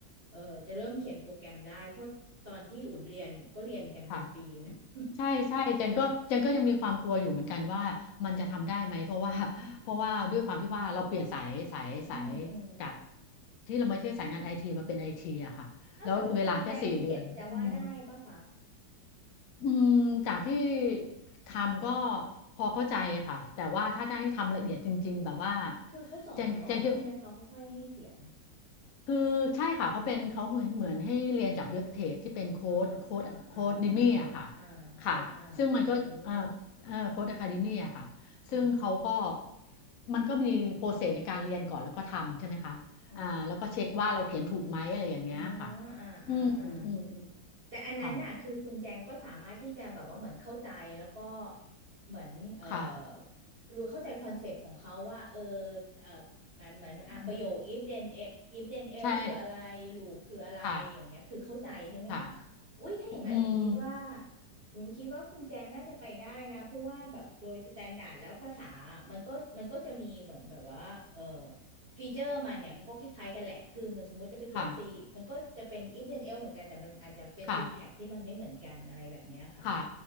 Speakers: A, on the right (about 35°); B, on the left (about 75°).
A: เออจะเริ่มเขียนโปรแกรมได้เพราะตอนที่อุ่นเรียนก็เรียนกันเป็นปีนะ
B: ค่ะ ใช่ใช่เจนก็เจนก็ยังมีความกลัวอยู่เหมือนกันว่ามันจะทำได้ไหมเพราะว่า
A: <laughs> ค่ะ
B: <laughs> เพราะว่าด้วยความที่ว่าเราเปลี่ยนสายสายสาย
A: <laughs> อืมอืม
B: จากที่เราไม่ใช่สายงานไอทีมาเป็นไอทีอะค่ะแล้วเวลาแค่สี่เดือนอืม
A: เอ้าแต่ว่าคุณแจงเขียนจาว่าได้ปะคะ
B: อืมจากที่ทำก็พอเข้าใจค่ะแต่ว่าถ้าจะให้ทำละเอียดจริงๆแบบว่า
A: คือเขาสอนก่อนใช่ไหมเขาค่อยๆให้เขียน
B: เจนเจนคิด คือใช่ค่ะเขาเป็นเขาเหมือนให้เรียนจากเว็บเพจที่เป็นโค้ดโค้ดโค้ดดิมี่อะค่ะ
A: อ่าอ่าอ่าอ่าอ่าโคนอ่าโคนแคเดมี่
B: ค่ะซึ่งมันก็เอ่อเอ่อโค้ดอะคาเดมี่อะค่ะซึ่งเขาก็
A: ค่ะ
B: มันก็มีโปรเซสในการเรียนก่อนแล้วก็ทำใช่ไหมคะอ่าแล้วก็เช็คว่าเราเขียนถูกไหมอะไรอย่างเงี้ยค่ะ
A: อ๋ออ๋ออ่าอ่าอ่า
B: อืมอืมอืม
A: แต่อันนั้นน่ะคือคุณแจงก็สามารถที่จะแบบว่าเหมือนเข้าใจแล้วก็
B: ค่ะ
A: เหมือนเอ่อ
B: ค่ะ
A: รู้เข้าใจคอนเซปต์ของเขาว่าเออเอ่อมันเหมือนอ่ะประโยค
B: อืม
A: if then e- if then else
B: ใช่
A: คืออะไร loop คืออะไรอย่างเงี้ยคือเข้าใจใช่ไหมคะ
B: ค่ะค่ะ
A: อุ้ยถ้าอย่างนั้นอุ่นคิดว่า
B: อืม
A: อุ่นคิดว่าคุณแจงน่าจะไปได้นะเพราะว่าแบบโดยสแตนดาร์ดแล้วภาษามันก็มันก็จะมีเหมือนแบบว่าเออ ฟีเจอร์มันเนี่ยมันก็คล้ายๆกันแหละ คือมันสมมุติจะไปเขียน
B: ค่ะ
A: C มันก็จะเป็น if then else เหมือนกัน แต่มันอาจจะเป็น
B: ค่ะ
A: syntax ที่มันไม่เหมือนกันอะไรแบบเนี้ยค่ะ
B: ค่ะ